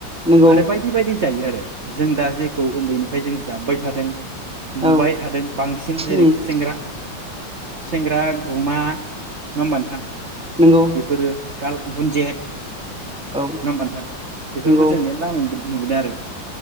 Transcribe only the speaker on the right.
आरो बायदि बायदि जायो आरो। जों दा जेखौ उन्दैनि फ्राय जों जाबोबाय थादों नुबाय
थादों बांसिन जेरै
खुसेेंग्रा खुसेेंग्रा गुमा नङा होमबा नोंथां
बेफोरो गुन्जेद नङा
होमबा नोंथां बेफोरबो
जों मेरला मोनबोदों नुबोदों आरो